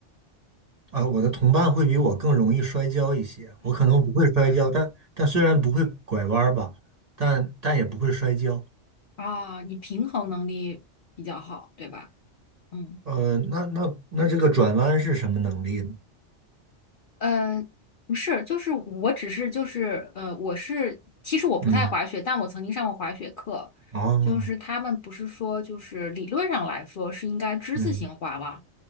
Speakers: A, on the right (about 35°); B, on the left (about 55°).
A: 呃，我的同伴会比我更容易摔跤一些，我可能不会摔跤，但但虽然不会拐弯儿吧，但但也不会摔跤。
B: 啊，你平衡能力比较好，对吧？嗯。
A: 呃，那那那这个转弯是什么能力呢？
B: 呃，不是，就是我只是就是呃，我是其实我不太滑雪，
A: 嗯，
B: 但我曾经上过滑雪课，
A: 哦，
B: 就是他们不是说就是理论上来说是应该之字形滑吧，
A: 嗯